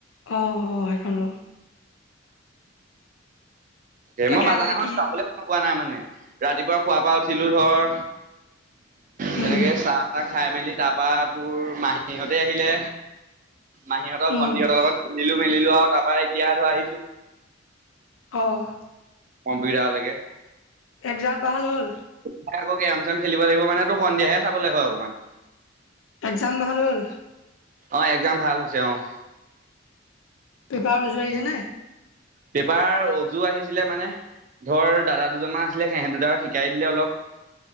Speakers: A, on the left; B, on the right.
A: অঁ-হ সেইখন অঁ।
B: এ
A: তাকে
B: মই বাজানাখন
A: আজি কি
B: চাবল সময় পোৱা নাই মানে। ৰাতিপুৱা শুৱাপা উঠিলোঁ ধৰ তেনেকে
A: উম
B: চাহ-তাহ, খাই-মেলি তাপা, তোৰ মাহীহঁতে আহিলে। মাহীহঁতৰ,
A: উম
B: ভণ্টিহঁতৰ লগত খেলিলোঁ- মেলিলোঁ আও, তাপা এতিয়া ধৰ আহিছোঁ।
A: অঁহ
B: কম্পিউটাৰলেকে।
A: এক্সাম ভাল হ'ল?
B: মই আকৌ গেম- চেম খেলিব লাগিব মানেটো সন্ধিয়াহে চাবলে হ'য় অকমান।
A: এক্জাম ভাল হ'ল
B: অঁ, এক্সাম ভাল হৈছে। অঁ
A: পেপাৰ উজু আহিছে নে?
B: পেপাৰ উজু আহিছিলে মানে ধৰ দাদা দুজনমান আছিলে সিহেঁত দুটাই শিকাই দিলে অলপ।